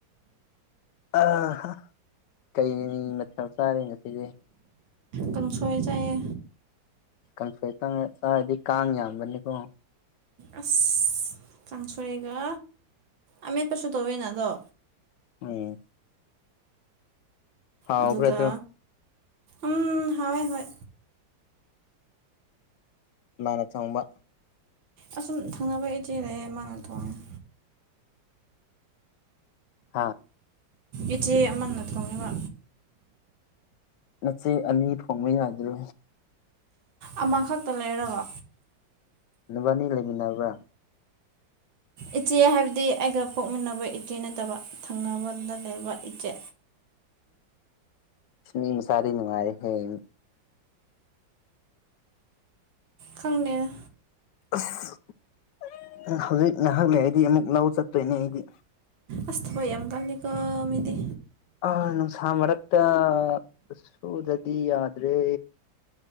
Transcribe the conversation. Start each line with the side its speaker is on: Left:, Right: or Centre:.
Left: ꯑ ꯍꯥ ꯀꯩ ꯃꯊꯦꯜ ꯆꯥꯔꯦ ꯉꯁꯤꯗꯤ
Right: ꯀꯥꯡ ꯁꯣꯏ ꯆꯥꯏꯌꯦ
Left: ꯀꯥꯡ ꯁꫭꯏꯆꯥ ꯆꯥꯔꯗꯤ ꯀꯥꯡ ꯌꯥꯝꯕꯅꯤꯀꯣ
Right: ꯑꯁ ꯀꯥꯡꯁꯣꯏꯒ ꯑꯃꯦꯠꯄꯁꯨ ꯇꯧꯋꯤꯅ ꯑꯗꯣ
Left: ꯎꯝ ꯍꯥꯎꯕ꯭ꯔꯥ
Right: ꯑꯗꯨꯒ
Left: ꯑꯗꯨ
Right: ꯎꯝ ꯍꯥꯎꯋꯦ ꯍꯣꯏ
Left: ꯂꯅ ꯆꯪꯕ
Right: ꯑꯁꯨꯝ ꯊꯪꯅꯕ ꯏꯆꯦ ꯂꯩꯌꯦ ꯃꯥꯅ ꯊꯣꯡꯉꯦ
Left: ꯍꯥꯥ
Right: ꯏꯆꯦ ꯑꯃꯅ ꯊꯣꯡꯉꯦꯕ
Left: ꯅꯆꯦ ꯑꯅꯤ ꯊꯣꯡꯕ ꯌꯥꯏꯗ꯭ꯔꯦ
Right: ꯑꯃꯈꯛꯇ ꯂꯩꯔꯒ
Left: ꯅꯨꯕꯥꯅꯤ ꯂꯩꯃꯤꯟꯅꯕ꯭ꯔꯥ
Right: ꯏꯆꯦ ꯍꯥꯏꯕꯗꯤ ꯑꯩꯒ ꯄꯣꯛꯃꯤꯟꯅꯕ ꯏꯆꯦ ꯅꯠꯇꯕ ꯊꯪꯅꯕꯗ ꯂꯩꯕ ꯏꯆꯦ
Left: ꯎꯝ ꯃꯤ ꯃꯆꯥꯂꯤ ꯅꯨꯡꯉꯥꯏꯔꯦꯍꯦ
Right: ꯈꯪꯗꯦꯗ
Left: ꯑꯁ ꯍꯧꯖꯤꯛ ꯉꯍꯥꯛ ꯂꯩꯔꯗꯤ ꯑꯃꯨꯛ ꯂꯧ ꯆꯠꯇꯣꯏꯅꯦ ꯑꯩꯗꯤ
Right: ꯑꯁ ꯌ ꯀꯂꯤ ꯀꯣꯃꯤꯗꯤ
Left: ꯑ ꯅꯨꯡꯁꯥ ꯃꯔꯛꯇ ꯁꯨꯗꯗꯤ ꯌꯥꯗ꯭ꯔꯦ